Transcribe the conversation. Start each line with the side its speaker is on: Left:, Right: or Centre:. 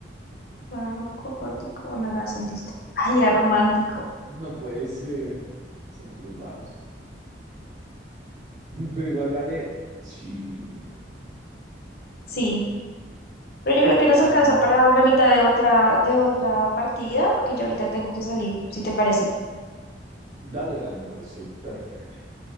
Left: Barroco, gótico o renacentista. Ay, era romántico.
Right: No puede ser. Somos muy malos. <laughs> Pero igual gané. Sí.
Left: Sí. Pero yo creo que nos
Right: Ah,
Left: alcanza para la mitad de otra, de otra partida, porque yo ahorita tengo que salir, si te parece.
Right: dale, dale, me parece perfecto.